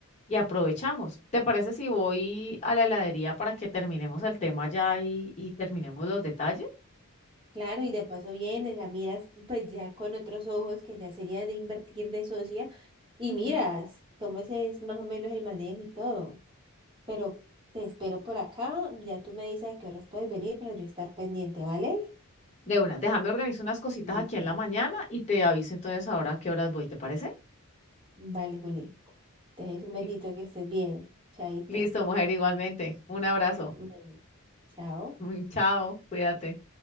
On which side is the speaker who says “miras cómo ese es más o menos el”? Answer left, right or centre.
Right